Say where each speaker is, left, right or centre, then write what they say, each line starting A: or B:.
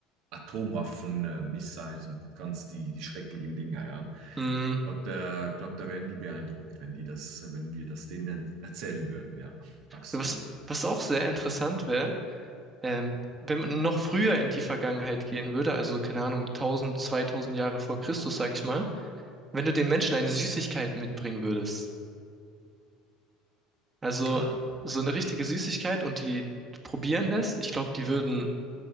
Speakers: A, on the right; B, on the right.
A: Atomwaffen, äh, Missiles und ganz die, die schrecklichen Dinger, ja.
B: Mm,
A: Glaub, da, glaub, da wären die beeindruckt, wenn die das, wenn wir das denen erzählen würden, ja. Absolut.
B: Was, was auch sehr interessant wäre, ähm, wenn man noch früher in die Vergangenheit gehen würde, also keine Ahnung, 1000, 2000 Jahre vor Christus, sag ich mal, wenn du den Menschen eine Süßigkeit mitbringen würdest. Also
A: Ah,
B: so
A: ja,
B: eine richtige Süßigkeit und die probieren lässt, ich glaube, die würden,